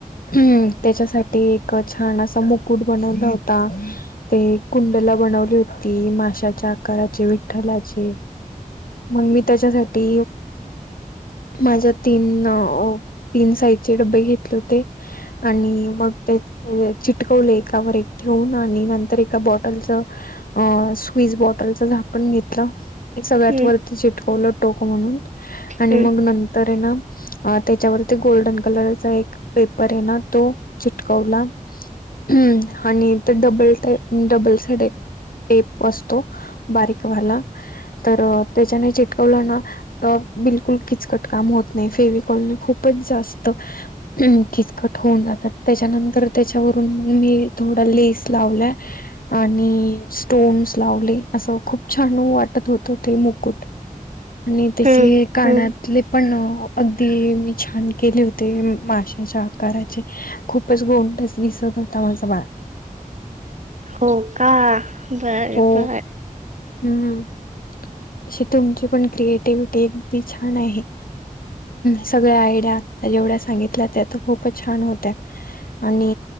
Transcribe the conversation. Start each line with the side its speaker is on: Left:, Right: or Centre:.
Left: हम्म, त्याच्यासाठी एक छान असा मुकुट बनवला होता. ते कुंड ला बनवली होती, माशाच्या आकाराची, विठ्ठलाची. मग मी त्याच्यासाठी माझ्या तीन तीन साईजचे डब्बे घेतले होते आणि मग चिटकवले एकावर एक ठेऊन आणि नंतर एका बॉ बॉटलचं स्विज बॉटलच झाकण घेतलं ते सगळ्यात
Right: हम्म
Left: वरती चिटकवलं टोक म्हणून आणि
Right: हम्म
Left: मग नंतर आहे ना त्याच्यावरती गोल्डन कलरचा एक पेपर आहे ना, तो चिटकवला. हम्म आणि ते डबल ट डबल साईड टेप असतो तो बारीक वाला, तर त्याच्याने चिटकवला ना तर बिलकुल किचकट काम होत नाही. फेव कॉल नी खूपच जा स्त किचकट होऊन जातात, त्याच्यानंतर तर त्याच्यावरून मग मी थोडा लेस लावलाय आणि स्टोन्स लावले, असं खूप छान वाटत होत ते मुकुट. आणि त्याचे
Right: हम्म
Left: कानातले
Right: हम्म
Left: पण अगदी मी छान केले होते, माशाच्या आकाराचे. खूपच गोंडच दिसत होता माझं बाळ.
Right: हो का? बरं
Left: हो
Right: बरं.
Left: हम्म, तशी तुमची पण क्रिएटिव्हटी अगदी छान आहे. सगळ्या आयडिया आता जेवढ्या सांगितल्या, त्या तर खूपच छान होत्या. आणि